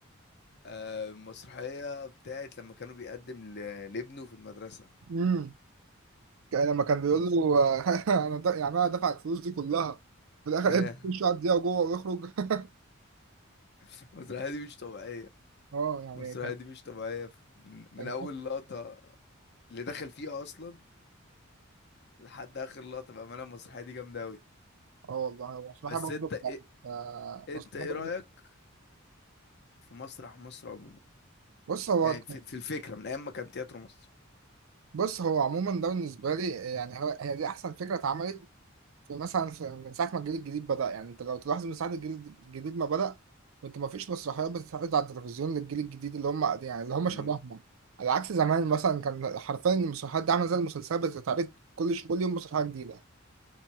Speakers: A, on the left; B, on the right.
A: آه، المسرحية بتاعت لما كانوا بيقدم ل- لابنه في المدرسة
B: مم. كان- لما كان بيقول
A: مصر
B: له آه، <laughs> انا د- يعني انا دافع الفلوس دي كلها في الاخر
A: آه،
B: قعد يمشي على الدقيقه جوه ويخرج <laughs>
A: <laughs> المسرحية دي مش طبيعية
B: اه يعني
A: المسرحية
B: كان
A: دي مش طبيعية من من
B: كان
A: أول لقطة اللي دخل فيها أصلا لحد آخر لقطة بأمانة المسرحية دي جامدة أوي
B: اه والله هو مصلحه
A: بس
B: برضه
A: أنت
B: بتاعت-
A: إيه
B: آه،
A: أنت
B: مصلحه
A: إيه
B: برضه
A: رأيك
B: بتاعت-
A: في مسرح مصر عموما
B: بص هو
A: يعني في, في الفكرة من أيام ما كان تياترو مصر
B: بص هو عموما ده بالنسبه لي يعني هو- هي دي احسن فكره اتعملت في مثلا في- من ساعة ما الجيل الجديد بدأ يعني انت لو تلاحظ من ساعة الجيل الجديد ما بدأ كنت ما فيش مسرحيات بتتعرض على التلفزيون للجيل الجديد اللي هم يعني اللي هم
A: مم.
B: شبهنا على عكس زمان مثلا كان حرفيا المسرحيات دي عاملة زي المسلسلات بتتعرض كل ش- كل يوم مسرحية جديدة